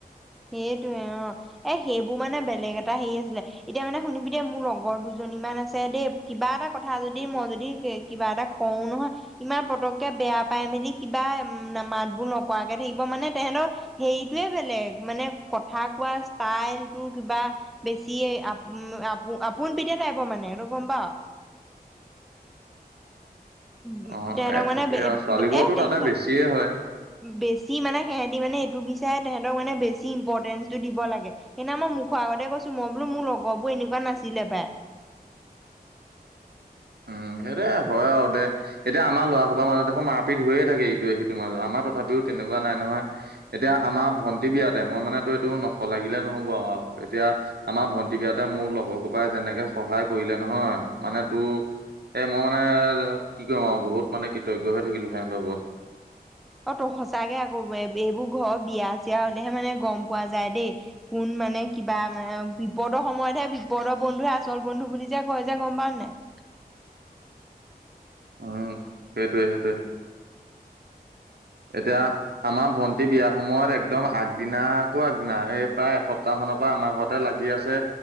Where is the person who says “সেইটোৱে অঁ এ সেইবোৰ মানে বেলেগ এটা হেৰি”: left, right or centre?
Centre